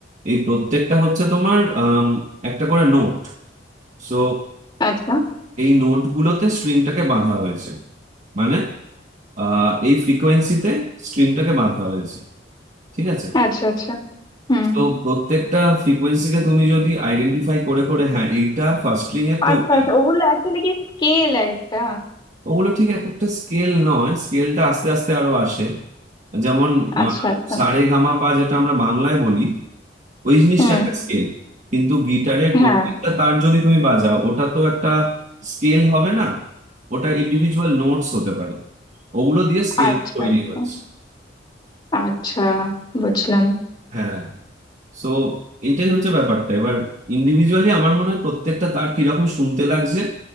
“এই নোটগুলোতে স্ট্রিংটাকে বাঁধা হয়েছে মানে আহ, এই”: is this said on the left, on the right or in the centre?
Right